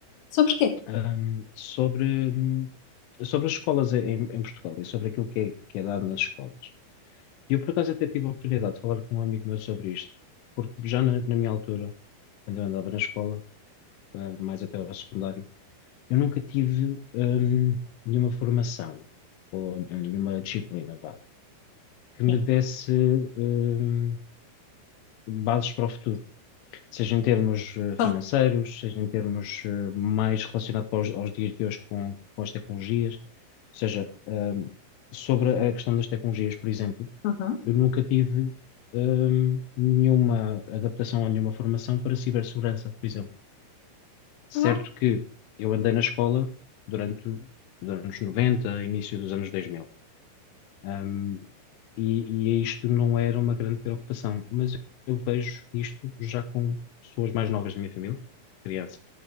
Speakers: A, on the left; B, on the left.
A: Sobre quê?
B: hum, sobre, hum, sobre as escolas em, em Portugal e sobre aquilo que é, que é dado nas escolas. E eu, por acaso, até tive a oportunidade de falar com um amigo meu sobre isto, porque já na, na minha altura, quando eu andava na escola eh, mais até ao secundário, eu nunca tive hum, nenhuma formação ou nenhuma disciplina, vá, que me
A: sim.
B: desse hum, bases para o futuro, seja em termos eh,
A: Con-
B: financeiros, seja em termos eh, mais relacionados aos, aos dias de hoje com, com as tecnologias, ou seja, hum, sobre a questão das tecnologias, por exemplo,
A: Uhum.
B: eu nunca tive hum, nenhuma adaptação ou nenhuma formação para cibersegurança, por exemplo. Certo
A: Não,
B: que eu andei na escola durante os anos 90 início dos anos 2000. Ahm, e, e é isto não era uma grande preocupação, mas eu vejo isto já com pessoas mais novas da minha família, crianças,